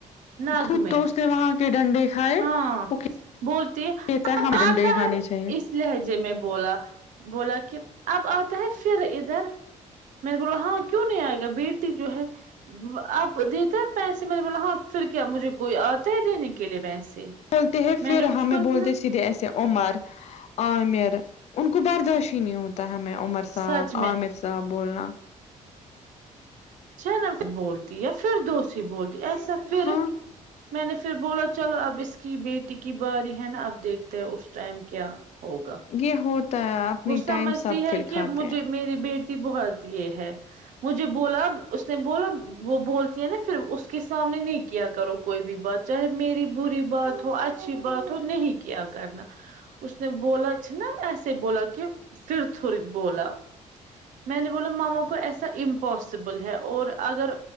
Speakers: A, on the right (about 75°); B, on the left (about 55°).
A: نگ
B: خود
A: میں
B: تو اس نے وہاں کے ڈنڈے کھائے
A: ہاں
B: وہ
A: بولتی ہے
B: کہتا
A: اب
B: ہمیں ڈنڈے
A: آتا
B: کھانے
A: ہے
B: چاہیے
A: اس لہجے میں بولا بولا کہ اب آتا ہے پھر ادھر میں نے بولا ہاں کیوں نہیں آئے گا بیٹی جو ہے آپ دیتا ہے پیسے میں نے بولا ہاں پھر کیا مجھے کوئی آتا ہے دینے کے لیے پیسے
B: بولتے ہیں پھر
A: میں نے اس
B: ہمیں
A: کو اتنا
B: بولتے سیدھے ایسے عمر عامر ان کو برداشت ہی نہیں ہوتا ہمیں عمر صاحب
A: سچ میں
B: عامر صاحب بولنا
A: چھ نمبر بولتی یا پھر دو سری بولتی ایسا پھر
B: ہاں
A: میں نے پھر بولا چلو اب اس کی بیٹی کی باری ہے نا اب دیکھتے ہیں اس ٹائم کیا ہو
B: یہ ہوتا ہے اپنی
A: وہ سمجھتی
B: ٹائم سب
A: ہے
B: پھر کھاتے
A: کہ مجھے
B: ہیں
A: میری بیٹی بہت یہ ہے مجھے بولا اس نے بولا وہ بولتی ہے نا پھر اس کے سامنے نہیں کیا کرو کوئی بھی بات چاہے میری بری بات ہو اچھی بات ہو نہیں کیا کرنا اس نے بولچ نا ایسے بولا کہ پھر تھوڑی بولا میں نے بولا ماما کو ایسا امپاسبل ہے اور اگر